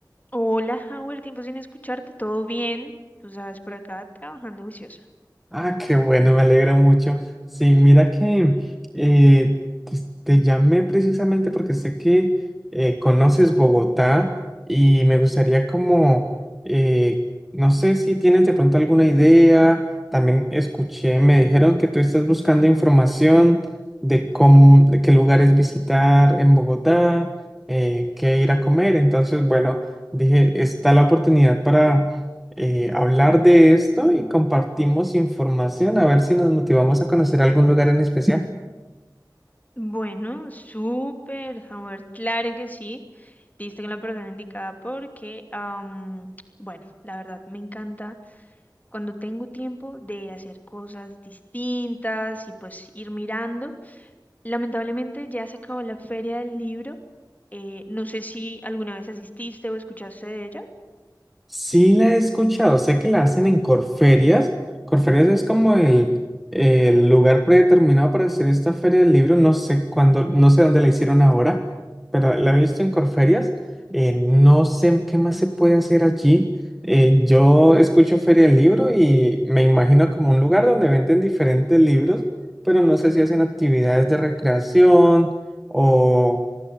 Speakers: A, on the left; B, in the centre.
A: Hola, Howard, tiempo sin escucharte, ¿todo bien? Tú sabes, por acá trabajando juiciosa.
B: Ah, qué bueno, me alegro mucho. Sí, mira que eh, te, te llamé precisamente porque sé que eh, conoces Bogotá y me gustaría como, eh, no sé si tienes de pronto alguna idea, también escuché, me dijeron que tú estás buscando información de cómo, de qué lugares visitar en Bogotá, eh, qué ir a comer, entonces bueno, dije, está la oportunidad para eh, hablar de esto y compartimos información, a ver si nos motivamos a conocer algún lugar en especial.
A: Bueno, súper, Howard, claro que sí. Diste con la persona indicada porque, am, bueno, la verdad me encanta cuando tengo tiempo de hacer cosas distintas y pues ir mirando. Lamentablemente ya se acabó la feria del libro. eh, no sé si alguna vez asististe o escuchaste de ella.
B: Sí la he escuchado, sé que la hacen en Corferias. Corferias es como el, el lugar predeterminado para hacer esta feria del libro. No sé cuándo, no sé dónde la hicieron ahora, pero la he visto en Corferias. Eh, no sé qué más se puede hacer allí. Eh, yo escucho feria del libro y me imagino como un lugar donde venden diferentes libros, pero no sé si hacen actividades de recreación o